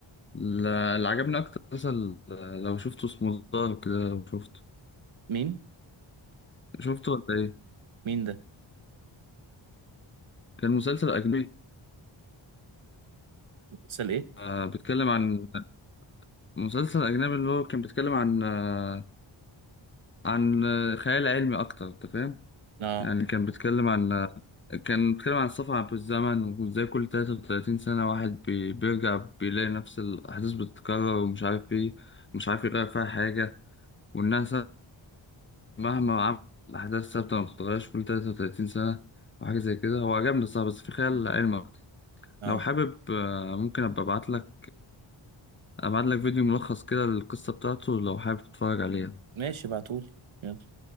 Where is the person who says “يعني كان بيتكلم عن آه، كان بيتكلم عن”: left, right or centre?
Left